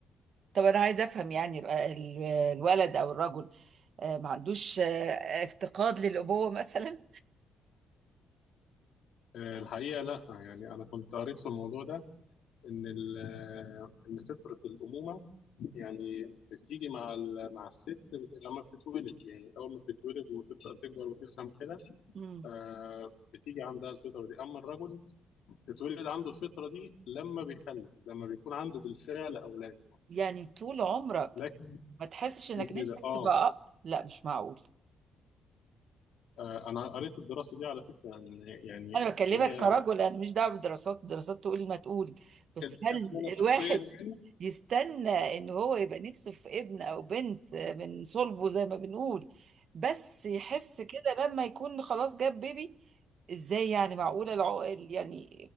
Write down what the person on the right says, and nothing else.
طب انا عايزه افهم يعني ال- ال- الولد او الرجل آه، ما عندوش آه، افتقاد للابوه مثلا
مم.
يعني طول عمرك
ما تحسش انك نفسك
تبقى اب لا مش معقول
انا بكلمك
كرجل انا مش دعوه بالدراسات الدراسات تقول ما تقول بس
هل
الواحد
يستنى ان هو يبقى نفسه في ابن او بنت من صلبه زي ما بنقول بس يحس كده لما يكون خلاص جاب بيبي ازاي يعني معقولة العقل يعني